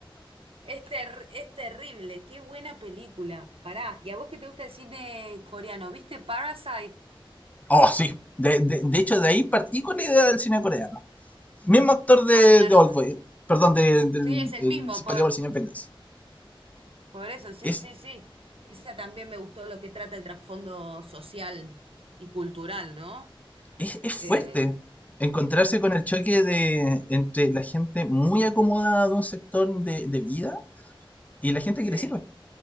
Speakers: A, on the right (about 80°); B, on the left (about 15°).
A: es, ter- es terrible. Qué buena película. Pará, y a vos que te gusta el cine coreano, ¿viste Parasite?
B: Oh, sí. De, de- de hecho, de ahí partí con la idea del cine coreano. Mismo actor de,
A: Ah, claro,
B: de Oldboy,
A: bueno.
B: perdón, de, del
A: sí, es el
B: el
A: mismo.
B: Simpatía
A: po-
B: por el Señor Venganza.
A: Por eso, sí,
B: Es,
A: sí, sí. Esa también me gustó lo que trata el trasfondo social y cultural, ¿no?
B: es, es fuerte
A: Eh,
B: encontrarse con el choque de, entre la gente muy acomodada de un sector de, de vida y la gente
A: sí,
B: que le sirve.